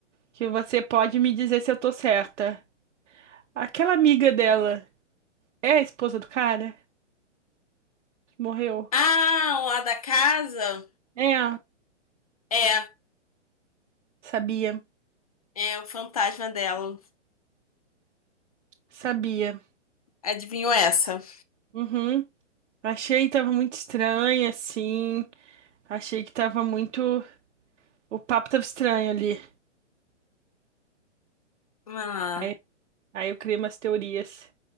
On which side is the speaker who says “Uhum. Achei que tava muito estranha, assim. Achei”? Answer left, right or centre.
Right